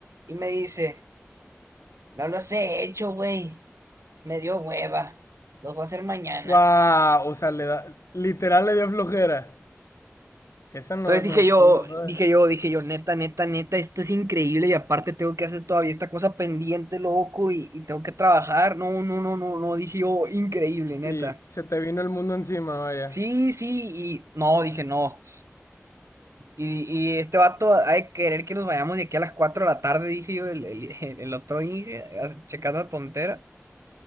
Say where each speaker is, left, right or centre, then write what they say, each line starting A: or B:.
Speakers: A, on the right; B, on the left.
A: Y me dice, no los he hecho, güey. Me dio hueva. Los voy a hacer mañana.
B: ¡Wow! O sea, le da, literal le dio flojera. Esa no
A: Entonces
B: es
A: dije
B: una excusa,
A: yo,
B: ¿sabes?
A: dije yo, dije yo, neta, neta, neta, esto es increíble y aparte tengo que hacer todavía esta cosa pendiente, loco, y, y tengo que trabajar. No, no, no, no, no, dije yo, increíble,
B: Sí,
A: neta.
B: se te vino el mundo encima, vaya.
A: Sí, sí, y no, dije no. Y, y este vato ha de querer que nos vayamos de aquí a las 4 de la tarde, dije yo, el, el, <laughs> el otro Inge, as- checando a tontera.